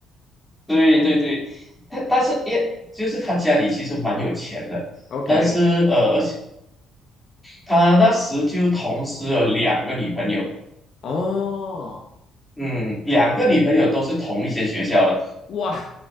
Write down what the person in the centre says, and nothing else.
对对对，他但是也就是他家里其实蛮有钱的，
但是呃，而且他那时就同时有两个女朋友，
嗯，两个女朋友都是同一间学校的，